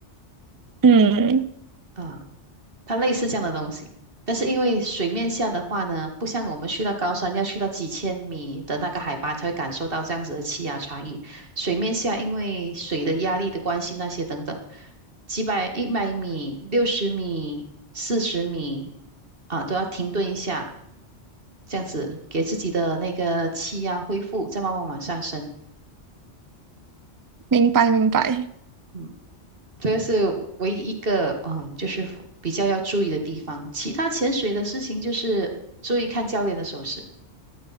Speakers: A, on the right; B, on the right.
A: 嗯，
B: 啊、呃它类似这样的东西。但是因为水面下的话呢，不像我们去到高山要去到几千米的那个海拔才会感受到这样子的气压差异。水面下因为水的压力的关系，那些等等，几百、一百米、六十米、四十米啊，都要停顿一下，这样子给自己的那个气压恢复，再慢慢往上升。
A: 明白明白。
B: 嗯。这是唯一一个嗯，就是比较要注意的地方。其他潜水的事情就是注意看教练的手势，